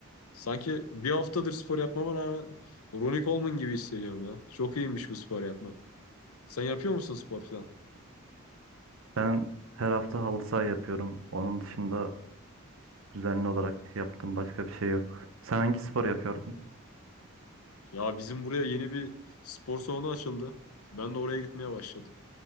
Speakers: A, on the left; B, on the right.
A: Sanki bir haftadır spor yapmama rağmen Ronnie Coleman gibi hissediyorum ya. Çok iyiymiş bu spor yapmak. Sen yapıyor musun spor falan?
B: Ben her hafta halı saha yapıyorum. Onun dışında düzenli olarak yaptığım başka bir şey yok. Sen hangi spor yapıyordun?
A: Ya bizim buraya yeni bir spor salonu açıldı. Ben de oraya gitmeye başladım.